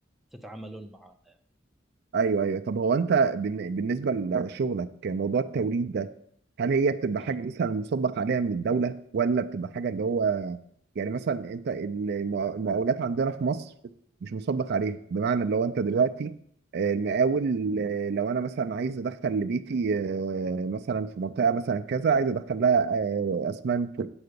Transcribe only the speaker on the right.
ايوه ايوه طب هو انت بالن- بالنسبه لشغلك موضوع التوريد ده هل هي بتبقى
حاجه مثلا مصدق عليها من الدوله ولا بتبقى حاجه اللي هو يعني مثلا انت المع- المقاولات عندنا في مصر مش مصدق عليها بمعنى اللي هو انت دلوقتي آه، المقاول آه، لو انا مثلا عايز ادخل لبيتي آه، مثلا في منطقه مثلا كذا عايز ادخل لها آه، اسمنت